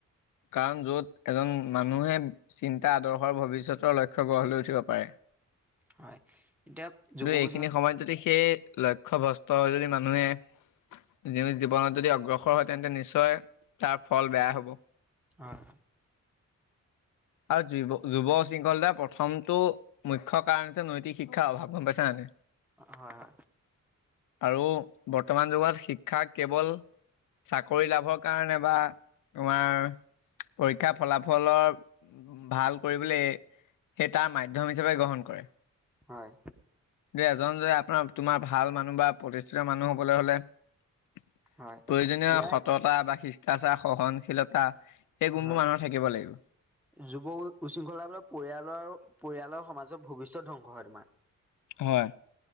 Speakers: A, on the left; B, in the centre.
A: কাৰণ য'ত এজন মানুহে চিন্তা আদৰ্শৰ ভৱিষ্যতৰ লক্ষ্য গঢ় লৈ উঠিব পাৰে।
B: হয় এতিয়া
A: কিন্তু
B: যুৱক
A: এইখিনি সময়ত যদি সেই লক্ষ্য ভ্ৰস্ত হৈ যদি মানুহে জীৱনত যদি অগ্ৰসৰ হয় তেন্তে নিশ্চয় তাৰ ফল বেয়া হব।
B: হয়
A: আৰু যি যুৱ শৃংখলতা প্ৰথমতটো মুখ্য কাৰণ যে নৈতিক শিক্ষাৰ অভাৱ গম পাইছে নে ।
B: হয় - হয়।
A: আৰু বৰ্তমান যুগত শিক্ষা কেৱল চাকৰি লাভৰ কাৰণে বা তোমাৰ পৰীক্ষাৰ ফলাফলৰ। ভাল কৰিবলৈ সেই তাৰ মাধ্যম হিচাপে গ্ৰহণ কৰে।
B: হয়।
A: এ এজন যে আপোনাৰ তোমাৰ ভাল মানুহ বা প্ৰতিষ্ঠিত মানুহ হবলৈ হলে প্ৰয়োজনীয়
B: হয় ইয়াৰ
A: সততা বা শিচ তাচা সহনশীলতা এই গুণবোৰ
B: হয়।
A: মানুহৰ থাকিব লাগিব
B: যুৱ উশৃংখলা বোল পৰিয়ালৰ আৰু পৰিয়ালৰ সমাজ ভৱিষ্যত ধ্বংস হয় তোমাৰ।
A: হয়।